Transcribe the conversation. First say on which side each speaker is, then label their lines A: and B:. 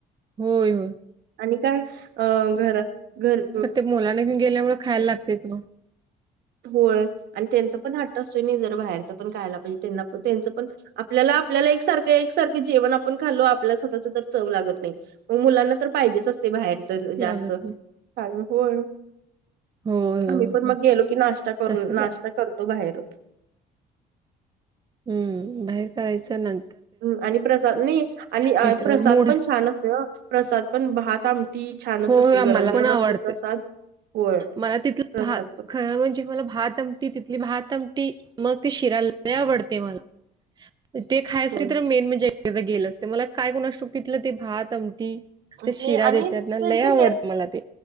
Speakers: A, on the right; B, on the right.
A: होय होय
B: आणि काय अ घर घरी
A: ते मुलां घेऊन गेल्यामुळे खायला लागतेच ना
B: होय आणि त्यांच पण हट्ट असतोय नाही जर बाहेरच पण खायला पाहिजे त्यांना पण त्यांचं पण आपल्याला आपल्याला एकसारखं एकसारखं जेवण आपण खालो आपल्याला स्वतःच तर चव लागत नाही मग मुलांना तर पाहिजेच असते बाहेरच जास्त
A: लागत नाही.
B: कार होण
A: होय,
B: आम्ही
A: होय,
B: पण
A: होय.
B: मग गेलो की नाश्ता कर
A: तसंच
B: नाश्ता
A: आहे.
B: करतो बाहेरच
A: हम्म बाहेर करायचं ना
B: हम् आणि प्रसाद नाही आणि
A: नाहीतर
B: प्रसाद
A: मूड
B: पण छान असतो प्रसाद पण भात आमट छानच
A: हो, हो.
B: असते गरम
A: मला
B: गरम
A: पण आवडते.
B: असते प्रसाद होय
A: मला तिथलं
B: प्रसाद
A: भात
B: पण
A: खरं म्हणजे मला भात ती तिथली भातमट मग ती शिरायला आवडते मला ते खायचं
B: होय.
A: तर मेन म्हणजे गेलं असते मला काय कोण असतोक तिथलं ते भात अमटी
B: आणि
A: ते शिरा
B: आणि
A: देतात ना
B: त्यांची
A: लय आवडत मला ते